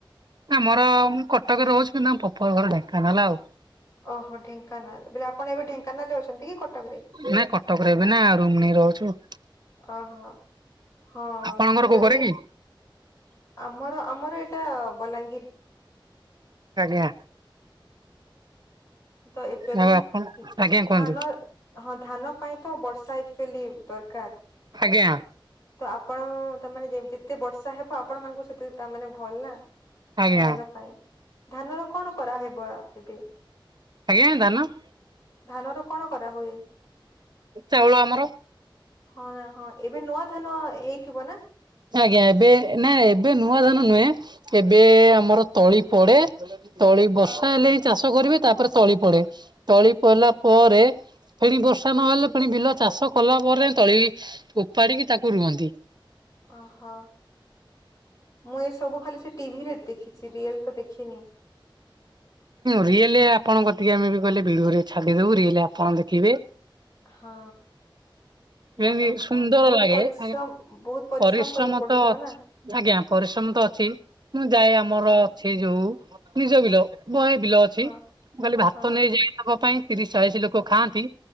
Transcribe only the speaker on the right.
ଆମର ମୁଁ କଟକରେ ରହୁଛି କିନ୍ତୁ ଆମ ପପର ଘର ଡେଙ୍କାନାଳ ଆଉ।
ନାଇଁ କଟକରେ ଏବେ ନା ରୁମ ନେଇ ରହୁଛୁ।
ଆପଣଙ୍କର କୋଉ
ଘରେ କି?
ଆଜ୍ଞା।
ଆଉ ଆପଣ ଆଜ୍ଞା କୁହନ୍ତୁ
ଆଜ୍ଞା।
ଆଜ୍ଞା
ଆଜ୍ଞା ଧାନ।
ଚାଉଳ ଆମର।
ଆଜ୍ଞା ଏବେ ନାଇ ଏବେ ନୂଆ ଧାନ ନୁହେଁ ଏବେ ଆମର ତଳି ପଡେ। ତଳି ବର୍ଷା
ହେଲେ ହିଁ ଚାଷ କରିବେ ତାପରେ ତଳି ପଡେ ତଳି ପଡିଲା ପରେ ଫେଣି ବର୍ଷା ନହେଲେ ପୁଣି ବିଲ ଚାଷ କଲା ପରେ ତଳି ଉପାଡ଼ିକି ତାକୁ ରୁଅନ୍ତି।
ରିଏଲି ଆପଣ କତିକି ଆମେ ବି କହିଲେ ଭିଡିଓରେ ଛାଡିଦବୁ ରିଏଲି ଆପଣ ଦେଖିବେ।
ଯେମିତି
ସୁନ୍ଦର
ଲାଗେ
ଆଜ୍ଞା
ପରିଶ୍ରମ
ତ ଅଛି
ଆଜ୍ଞା ପରିଶ୍ରମ ତ ଅଛି ମୁଁ ଯାଏ ଆମର
ସେ ଯୋଉ ନିଜ ବିଲ ବହେ ବିଲ ଅଛି
ମୁଁ କାଲି ଭାତ
ନେଇଯାଏ। ତାଙ୍କ ପାଇଁ ତିରିଶି ଚାଳିଶି ଲୋକ ଖାଆନ୍ତି